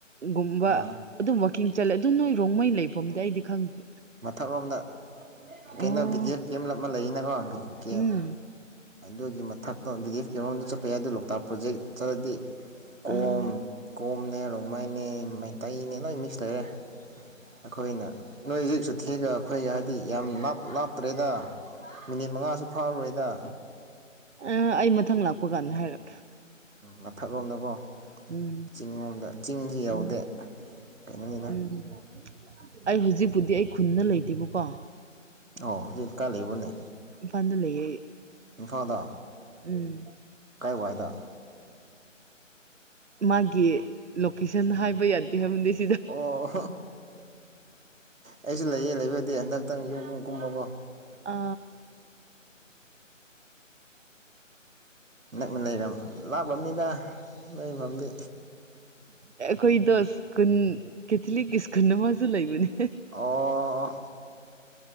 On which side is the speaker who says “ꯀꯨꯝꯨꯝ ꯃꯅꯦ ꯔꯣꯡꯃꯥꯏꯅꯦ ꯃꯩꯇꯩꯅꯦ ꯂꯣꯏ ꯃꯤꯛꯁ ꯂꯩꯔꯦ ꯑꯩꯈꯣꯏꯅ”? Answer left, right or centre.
Right